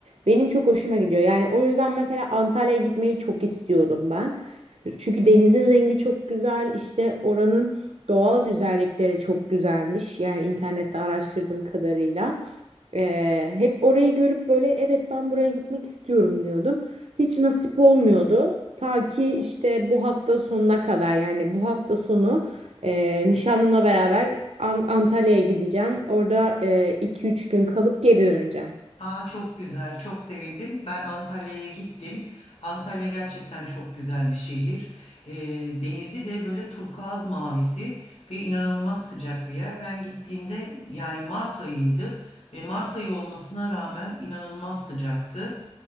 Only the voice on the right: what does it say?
Benim çok hoşuma gidiyor. Yani o yüzden mesela Antalya'ya gitmeyi çok istiyordum ben. Çünkü denizin rengi çok güzel. İşte oranın doğal güzellikleri çok güzelmiş. Yani internette araştırdığım kadarıyla. Ee, hep orayı görüp böyle evet ben buraya gitmek istiyorum diyordum. Hiç nasip olmuyordu. Ta ki işte bu hafta sonuna kadar yani bu hafta sonu e, nişanlımla beraber An- Antalya'ya gideceğim. Orada iki üç gün kalıp geri döneceğim.